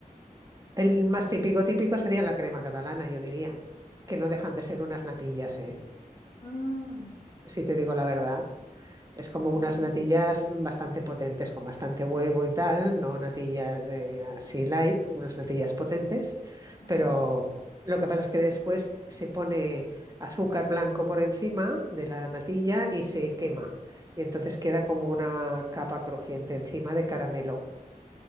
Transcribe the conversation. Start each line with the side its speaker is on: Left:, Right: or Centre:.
Right: El más típico, típico sería la crema catalana, yo diría, que no dejan de ser unas natillas, ¿eh?
Left: Mm,
Right: Si te digo la verdad. Es como unas
Left: ujú,
Right: natillas bastante potentes, con bastante huevo y tal, no natillas de así light, unas natillas potentes,
Left: ujú,
Right: pero lo que pasa es que después se pone azúcar blanco por encima de la natilla y se quema.
Left: ujú.
Right: Y entonces queda como una capa crujiente encima de caramelo,